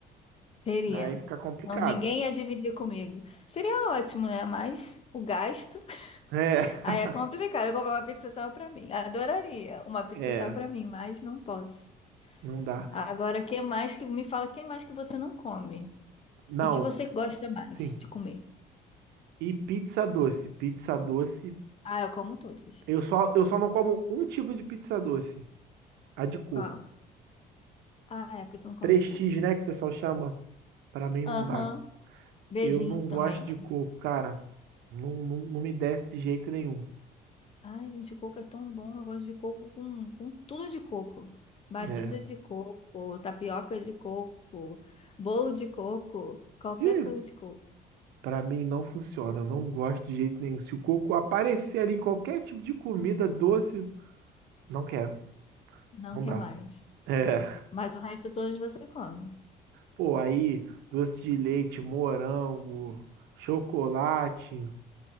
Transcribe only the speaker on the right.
Aí fica complicado.
É, <laughs>
é, é,
não dá.
Não,
sim.
E pizza doce, pizza doce.
Eu só, eu só não como um tipo de pizza doce, a de coco.
prestígio
né, que o pessoal chama, pra mim
não dá.
Eu não
gosto
de coco, cara. Não, não, não me desce de jeito nenhum.
É.
Ih,
pra mim não funciona. Eu Não gosto de jeito nenhum. Se o coco aparecer ali em qualquer tipo de comida doce, não quero.
Não
dá.
É.
Pô, aí, doce de leite, morango, chocolate.